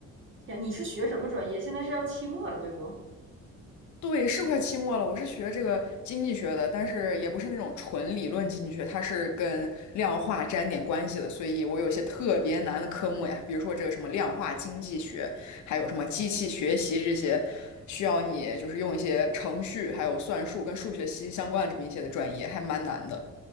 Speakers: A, on the right (about 40°); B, on the left (about 70°).
A: 天，你是学什么专业？现在是要期末了，对不？
B: 对，是快期末了。我是学这个经济学的，但是也不是那种纯理论经济学，它是跟量化沾点关系的，所以我有一些特别难的科目呀，比如说这个什么量化经济学，还有什么机器学习这些，需要你就是用一些程序，还有算术跟数学息息相关的这么一些的专业，还蛮难的。